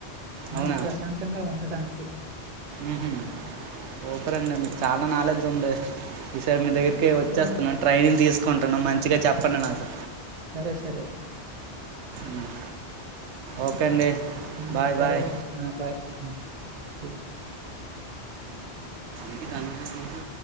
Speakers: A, on the right; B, on the right.
A: అవునా
B: మనసు ప్రశాంతంగా ఉండడానికి
A: ఉహుం ఓ చెరండి మీకు చాలా నాలెడ్జ్ ఉంది ఈసారి మీ దగ్గరికి
B: ఏదో
A: వచ్చేస్తున్నాను ట్రైనింగ్ తీసుకుంట మంచిగా చెప్పండి నాకు
B: సరే సరే
A: మ్. ఓకే అండి
B: హ్మ్
A: బాయ్
B: సరే
A: బాయ్
B: సరే ఆ బై సి
A: ఇది కనిపిస్తూ